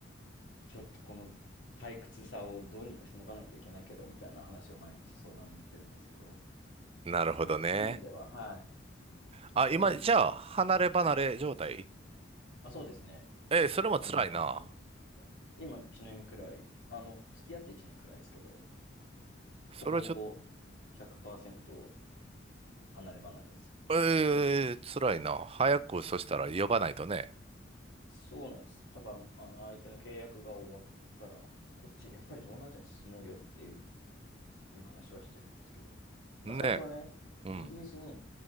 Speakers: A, on the left; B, on the right.
A: ちょっとこの退屈さをどうにかしのがないといけないけど、みたいな話を毎日相談に乗ってるんですけど、
B: なるほどね。
A: はい。そういう意味では、はい。
B: あ、
A: そういう意味では、
B: 今、じゃあ、離れ離れ状態
A: うん。あ、そうですね。
B: えー、それも辛いな。
A: 離れ離れ状態が。今1年くらい、あの、付き合って1年くらいですけど、ほぼほぼ
B: それちょっ
A: 100%離れ離れですね。
B: と、えー、辛いな。早く、そしたら呼ばないとね。
A: うんそうなんです。だから、あの、相手の契約が終わったら、こっち、やっぱり東南アジアに進もうよっていう話はしてるんですけど、
B: ね。
A: 最初はね、
B: うん。
A: イギリスに